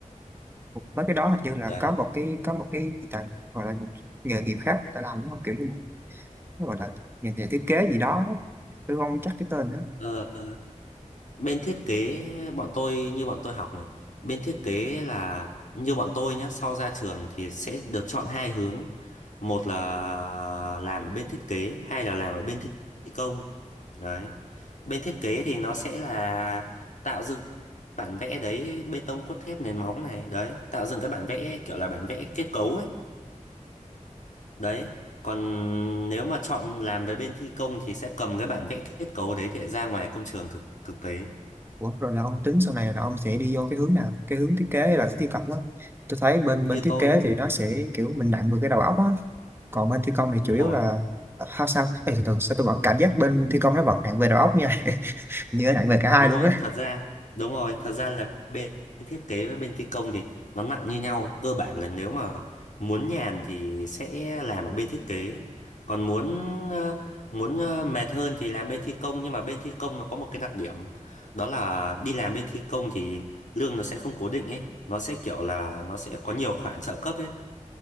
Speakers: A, on the right; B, on the left.
A: mấy cái đó hình như là
B: Đấy.
A: có một cái có một cái người ta gọi là một nghề nghiệp khác người ta làm đúng không kiểu như nó gọi là nhà, nhà thiết kế gì đó ấy. tôi không chắc cái tên đó
B: Ờ, bên thiết kế bọn tôi như bọn tôi học này, bên thiết kế là như bọn tôi nhá, sau ra trường thì sẽ được chọn hai hướng. Một là làm ở bên thiết kế, hai là làm ở bên thi công. Đấy. Bên thiết kế thì nó sẽ là tạo dựng bản vẽ đấy bê tông cốt thép nền móng này đấy tạo dựng các bản vẽ kiểu là bản vẽ kết cấu ấy đấy còn nếu mà chọn làm với bên thi công thì sẽ cầm cái bản vẽ kết cấu đấy để ra ngoài công trường thực thực tế
A: Ủa, rồi là ông tính sau này là ông sẽ đi vô cái hướng nào cái hướng thiết kế hay là hướng thi công á tôi thấy bên
B: như
A: bên thiết
B: tôi
A: kế
B: nhé
A: thì nó sẽ kiểu mình nặng về cái đầu óc á còn bên thi công thì
B: đúng
A: chủ yếu
B: rồi
A: là how sao Ê, từ từ sao tôi vẫn cảm giác bên thi công nó vẫn nặng về đầu óc nha <laughs> như nó nặng về cả hai
B: đúng
A: luôn
B: rồi
A: á
B: thật ra đúng rồi thật ra là bên thiết kế với bên thi công thì nó nặng như nhau cơ bản là nếu mà muốn nhàn thì sẽ làm ở bên thiết kế còn muốn ờ, muốn ờ, mệt hơn thì làm bên thi công nhưng mà bên thi công nó có một cái đặc điểm đó là đi làm bên thi công thì lương nó sẽ không cố định ấy nó sẽ kiểu là nó sẽ có nhiều khoản trợ cấp ấy